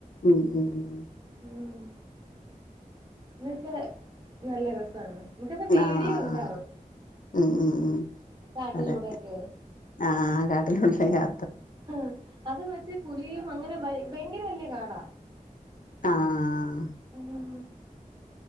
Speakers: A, on the left (about 65°); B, on the right (about 35°).
A: ഉം ഉം ഉം ഉം
B: ഉം ഇതൊക്കെ നല്ല രസാണ് നമുക്കെന്നാ പേടിയും
A: ആഹ്
B: ഉണ്ടാവും
A: ഉം ഉം ഉം
B: കാട്ടിലൂടെ
A: അതെ
B: ഒക്കെയേ
A: ആഹ് ആഹ് കാട്ടിലൂടെ യാ
B: ആഹ് അത് മറ്റേ പുലിയും അങ്ങനെ ഭയ ഭയങ്കര വല്ല്യ കാടാ
A: ആഹ്
B: ഉം